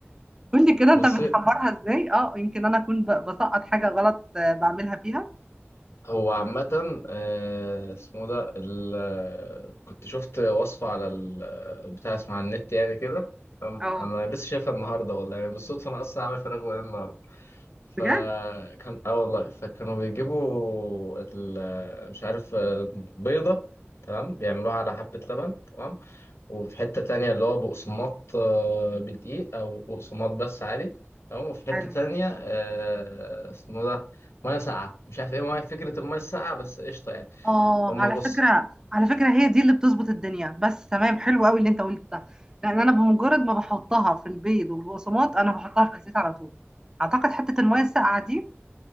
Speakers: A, on the right; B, on the left.
A: قول لي كده انت
B: بصي
A: بتحمرها ازاي اه يمكن انا اكون ب- بسقط حاجه غلط آه، بعملها فيها
B: هو عامة آه، اسمه ده ال- آه، كنت شفت وصفة على ال- آه، البتاع اسمه على النت يعني كده تمام؟
A: اه
B: انا لسه شايفها النهارده والله يعني بالصدفة انا اصلا عامل فراخ بانيه النهارده فكان
A: بجد
B: اه والله فكانوا بيجيبوا ال- آه، مش عارف آه، بيضة تمام بيعملوها على حبة لبن تمام وفي حتة تانية اللي هو بقسماط آه، بدقيق أو بقسماط بس عادي تمام وفي حتة
A: حلو
B: تانية آه، اسمه ده مية ساقعة مش عارف ايه مية فكرة المية الساقعة بس قشطة يعني
A: اه
B: هما
A: على
B: بص
A: فكرة على فكرة هي دي اللي بتظبط الدنيا بس تمام حلو قوي اللي انت قلت ده لان انا بمجرد ما بحطها في البيض والبقسماط انا بحطها في الزيت على طول اعتقد حتة المية الساقعة دي